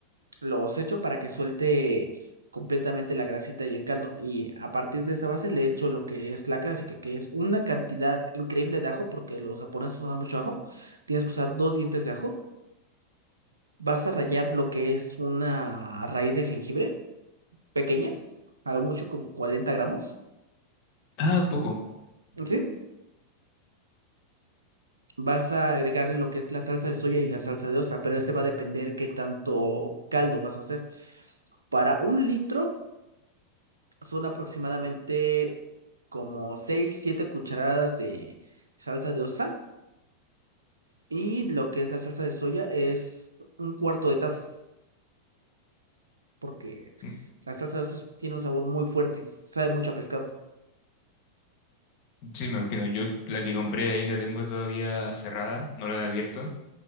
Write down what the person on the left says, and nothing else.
Ah, poco.
Mm,
Sí, me imagino. Yo la que compré ahí la tengo todavía cerrada, no la he abierto,